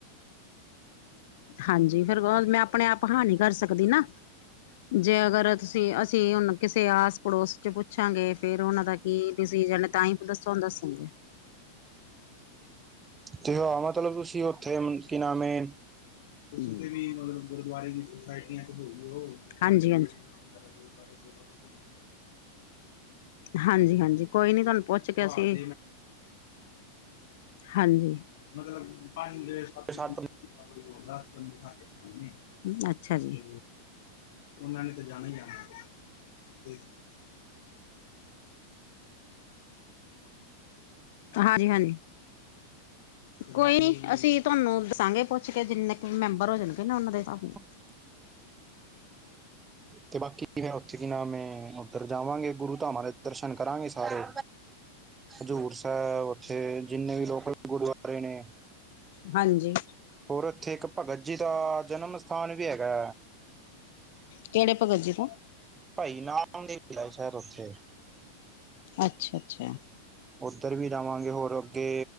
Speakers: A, on the left; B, on the right.
A: ਹਾਂਜੀ ਫੇਰ ਮੈਂ ਆਪਣੇ ਆਪ ਹਾ ਨਹੀਂ ਨਾ ਕਰ ਸਕਦੀ ਨਾ ਜੇ ਅਗਰ ਤੁਸੀਂ ਅਸੀਂ ਹੁਣ ਕਿਸੇ ਆਸ ਪੜੋਸ ਚ ਪੁੱਛਾਂਗੇ ਫੇਰ ਉਹਨਾਂ ਦਾ ਕੀ ਡਿਸੀਜ਼ਨ ਏ ਤਾਂ ਹੀ ਦੱਸੋ ਦੱਸੂਗੇ
B: ਤੇ ਹਾਂ ਮਤਲਬ ਤੁਸੀਂ ਉੱਥੇ ਕਿ ਨਾਮ ਏ
A: ਕਿਤੇ ਵੀ ਮਤਲਬ ਗੁਰਦੁਆਰੇ ਦੀ ਸੁਸਾਇਟੀ ਘੁੰਮ ਲੋ ਹਾਂਜੀ-ਹਾਂਜੀ। ਗੁਰਦੁਆਰੇ ਸੇਵਾ ਕਰਦੇ ਹਾਂਜੀ ਹਾਂਜੀ ਕੋਈ ਨੀ ਤੁਹਾਨੂੰ ਪੁੱਛ ਕੇ ਅਸੀ ਹਾਂਜੀ <unintelligible>
B: ਸੱਤ
A: ਅੱਛਾ ਜੀ। ਉਹਨਾਂ ਨੇ ਤਾਂ ਜਾਣਾ ਈ ਜਾਣਾ ਤੇ ਹਾਜੀ ਹਾਂਜੀ। ਕੋਈ ਨੀ ਅਸੀਂ ਤੁਹਾਨੂੰ ਦੱਸਾਂਗੇ ਪੁੱਛ ਕੇ ਜਿੰਨੇ ਕੁ ਮੈਂਬਰ ਹੋ ਜਾਣਗੇ ਨਾ ਉਹਨਾਂ ਦੇ ਹਿਸਾਬ ਨਾਲ।
B: <inaudible> ਤੇ ਬਾਕੀ ਫਿਰ ਉੱਥੇ ਕੀ ਨਾਮ ਐ ਉੱਧਰ ਜਾਵਾਂਗੇ ਗੁਰੂ ਧਾਮਾਂ ਦੇ ਦਰਸ਼ਨ ਕਰਾਂਗੇ ਸਾਰੇ। ਹਜ਼ੂਰ ਸਾਹਿਬ ਉੱਥੇ ਜਿੰਨੇ ਵੀ ਲੋਕਲ ਗੁਰਦੁਆਰੇ ਨੇ
A: ਹਾਂਜੀ
B: ਹੋਰ ਉੱਥੇ ਇੱਕ ਭਗਤ ਜੀ ਦਾ ਜਨਮ ਸਥਾਨ ਵੀ ਹੈਗਾ।
A: ਕਿਹੜੇ ਭਗਤ ਜੀ ਤੋਂ
B: ਭਾਈ ਨਾਨ ਦੇ ਸ਼ਹਿਰ ਉੱਥੇ।
A: ਅੱਛਾ-ਅੱਛਾ,
B: ਉੱਧਰ ਵੀ ਜਾਵਾਂਗੇ ਹੋਰ ਅੱਗੇ